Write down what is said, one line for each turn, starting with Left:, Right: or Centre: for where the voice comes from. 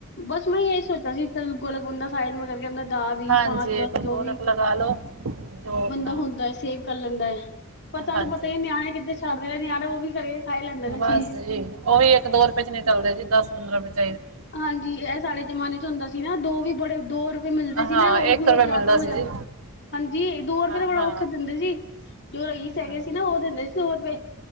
Left: ਬਸ ਮੈਂ ਇਹੀ ਸੋਚਿਆ ਸੀ ਗੋਲ <unintelligible> ਦਾ ਵੀ
Right: ਹਾਂਜੀ
Left: ਪੰਜ ਦਸ
Right: ਇੱਕ
Left: ਜੋ
Right: ਗੋਲਕ
Left: ਵੀ
Right: ਲਗਾ ਲਓ ਜੋ ਆਪਣਾ
Left: ਬੰਦਾ ਹੁੰਦਾ ਹੈ ਸੇਵ ਕਰ ਲੈਂਦਾ ਹੈ। ਹਾਂਜੀ ਪਰ ਤੁਹਾਨੂੰ
Right: ਹਾਂਜੀ
Left: ਪਤਾ ਹੀ ਨਿਆਣੇ ਕਿੱਥੇ ਛੱਡਦੇ ਨੇ ਨਿਆਣੇ ਉਹ ਵੀ ਖਰੇ ਖਾ ਲੈਂਦੇ ਨੇ
Right: ਬਸ
Left: ਚੀਜ਼
Right: ਜੀ ਉਹ ਵੀ ਰੁਪਏ ਚ ਨਹੀਂ ਟਲਦੇ ਜੀ ਦਸ ਪੰਦਰਾਂ ਵਿਚ
Left: ਹਾਂਜੀ ਇਹ ਸਾਡੇ ਜਮਾਨੇ ਚ ਹੁੰਦਾ ਸੀ ਨਾ ਦੋ ਵੀ ਬੜੇ ਦੋ ਰੁਪਏ ਮਿਲਦੇ ਸੀ
Right: ਹਾਂ
Left: ਨਾ ਉਹ ਵੀ ਬਹੁਤ
Right: ਰੁਪਏ
Left: ਜਿਆਦਾ
Right: ਮਿਲਦਾ
Left: ਹੋ
Right: ਸੀ
Left: ਜਾਂਦੇ।
Right: ਜੀ
Left: ਹਾਂਜੀ
Right: ਹਾਂ
Left: ਦੋ ਰੁਪਏ ਤਾਂ ਬੜਾ
Right: ਹਾਂ
Left: ਔਖਾ ਦਿੰਦੇ ਸੀ ਜੋ ਰਈਸ ਹੈਗੇ
Right: ਹਾਂਜੀ
Left: ਸੀ ਨਾ ਉਹ ਦਿੰਦੇ ਸੀ ਦੋ ਰੁਪਏ।